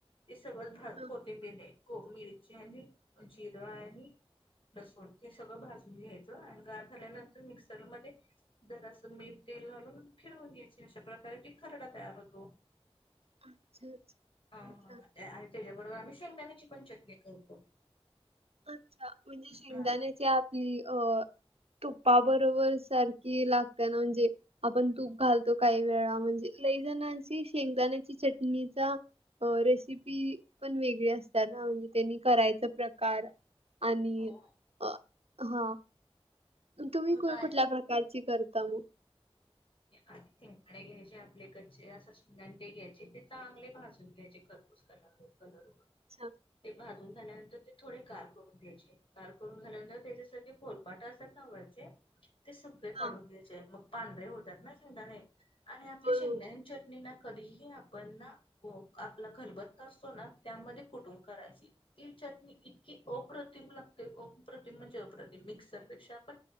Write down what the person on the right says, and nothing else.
हां.
अच्छा, अच्छा.
हा.
अच्छा! म्हणजे शेंगदाण्याची
आपली अं तुपा बरोबर सारखी लागते ना, म्हणजे आपण तूप घालतो काही वेळा. म्हणजे लय जणांची शेंगदाण्याची चटणीचा अ रेसिपी पण वेगळी असतात ना. म्हणजे त्यांनी करायचा प्रकार आणि,
अं हा. तुम्ही
कोण
कुठल्या प्रकारची करता मग?
अच्छा.
हां.
होय,
होय.